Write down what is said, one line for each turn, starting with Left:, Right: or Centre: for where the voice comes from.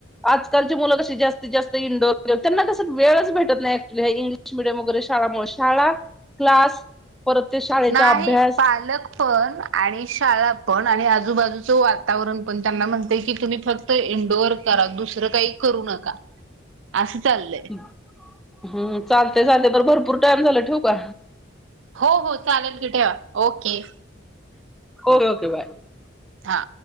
Centre: आजकालची मुलं कशी जास्तीत जास्त इंडोर त्यांना कस वेळच भेटत नाइ ग्लिश मिडयम वगेरे शळा शाळा क्लास परत ते शाळेचा
Right: नाही
Centre: अभ्यास
Right: पालक पण आणि शाळा पण आणि आजूबाजूचं वातावरण पण त्यांना म्हणते की तुम्ही फक्त ते इंडोअर करा दुसरं काइ करू नका असं चाललंय
Centre: हम्म चालतय चालतंय बर भरपूर टाइम झाला ठेवू का
Right: हो हो चालेल की ठेवा ओके
Centre: ओे ओके बाय <unintelligible>
Right: हा.